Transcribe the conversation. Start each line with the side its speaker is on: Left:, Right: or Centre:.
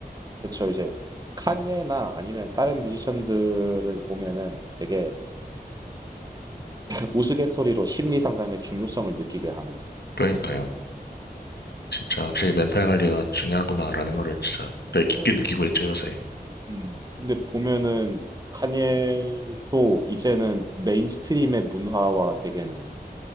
Right: 그쵸, 이제, 칸예나 아니면 다른 뮤지션들을 보면은 되게 <laughs> 우스갯소리로 심리 상담의 중요성을 느끼게 하는,
Left: 그러니까요. 진짜 확실히 멘탈 관리가
Right: 음,
Left: 중요하구나라는
Right: 예,
Left: 거를 진짜 되게 깊게
Right: 예.
Left: 느끼고 있죠, 요새.
Right: 음, 근데 보면은 칸예도 이제는 메인스트림의 문화와 되게는